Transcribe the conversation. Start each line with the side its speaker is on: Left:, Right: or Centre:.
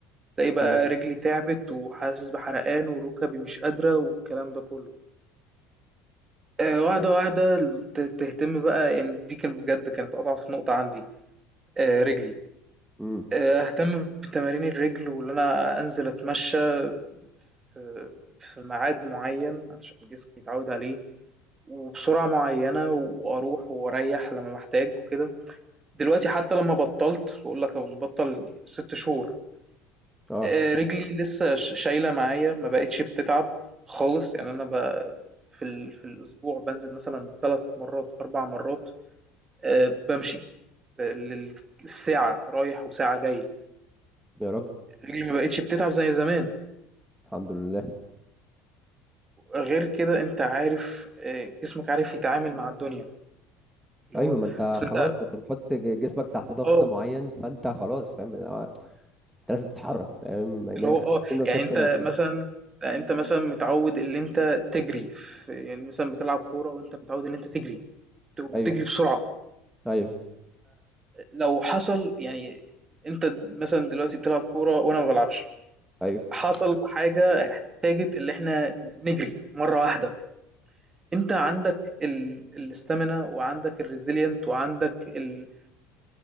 Right: تلاقي بقى
Centre: أيوه
Right: رجلي تعبت وحاسس بحرقان وركبي مش قادرة والكلام ده كله آه، واحدة واحدة ت- تهتم بقى يعني دي كانت بجد كانت أضعف نقطة عندي آه، رجلي
Centre: أمم
Right: آه، أهتم بتمارين الرجل وإن أنا أنزل أتمشى في في ميعاد معين عشان جسمي يتعود عليه وبسرعة معينة وأروح وأريح لما محتاج وكده دلوقتي حتى لما بطلت بقول لك بطل ست شهور
Centre: أه
Right: آه، رجلي لسه ش- شايله معايا ما بقتش بتتعب خالص يعني انا ب... في ال... في الاسبوع بنزل مثلا ثلاث مرات اربع مرات آه، بمشي ب- لل- الساعه رايح وساعه جاي
Centre: يا راجل
Right: رجلي ما بقتش بتتعب زي زمان
Centre: الحمد لله
Right: غير كده انت عارف آه، جسمك عارف يتعامل مع الدنيا اللي
Centre: أيوه
Right: هو
Centre: ما أنت
Right: اصل
Centre: خلاص
Right: انت
Centre: أنت بتحط ج- جسمك تحت ضغط
Right: اه
Centre: معين فأنت خلاص فاهم آه، أنت لازم تتحرك فاهم ما
Right: اللي
Centre: ما ينفعش
Right: هو اه
Centre: تسيب نفسك
Right: يعني انت
Centre: كده فاهم
Right: مثلا لا انت مثلا متعود ان انت تجري في يعني مثلا بتلعب كوره وانت متعود ان انت تجري وبتجري
Centre: أيوه
Right: بسرعه
Centre: أيوه
Right: لو حصل يعني أنت مثلًا دلوقتي بتلعب كورة وأنا ما بالعبش،
Centre: أيوه
Right: حصل حاجة فاجت اللي إحنا نجري مرّة واحدة، أنت عندك ال الstamina وعندك الresilient وعندك ال